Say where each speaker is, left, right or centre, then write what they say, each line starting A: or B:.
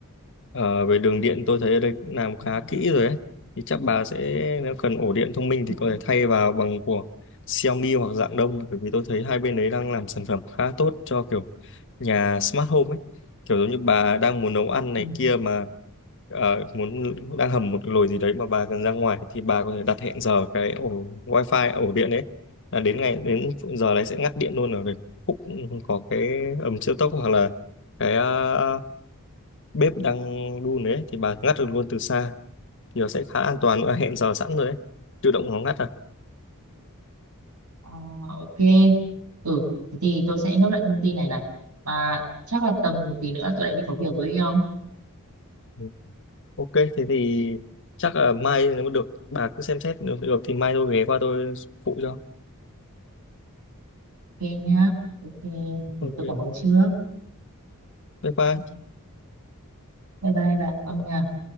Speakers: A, on the left; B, on the right.
A: Ờ, về đường điện tôi thấy ở đây cũng làm khá
B: ừ.
A: kỹ rồi ấy. Thì chắc bà sẽ nếu cần ổ điện thông minh
B: Ừ.
A: thì có thể thay vào bằng của Xiaomi hoặc dạng đông bởi vì tôi thấy hai bên đấy đang làm sản phẩm khá tốt cho kiểu nhà smart home ấy. Kiểu giống như bà đang muốn nấu ăn này
B: ừ.
A: kia mà ờ, muốn đang hầm một nồi gì đấy mà bà cần ra ngoài thì bà có thể đặt hẹn giờ cái ổ wifi ổ điện đấy là đến ngày đến giờ đấy sẽ ngắt điện luôn ở cái khúc có cái ấm siêu tốc hoặc là cái ờ, bếp đang đun đấy thì bà ngắt được luôn từ xa thì nó sẽ khá an toàn nữa hẹn giờ sẵn rồi đấy tự động nó ngắt à
B: Ờ, ok ừ thế thì tôi sẽ nốt lại thông tin này này mà chắc là tầm tí nữa tôi lại đi có việc với ông
A: Ừ. ok thế thì chắc là mai nếu mà được bà cứ xem xét nếu được thì mai tôi ghé qua tôi phụ cho
B: ok nhá ok thì
A: ok
B: tôi cảm ơn trước
A: bye bye
B: Ừ, bye bye bạn ông nha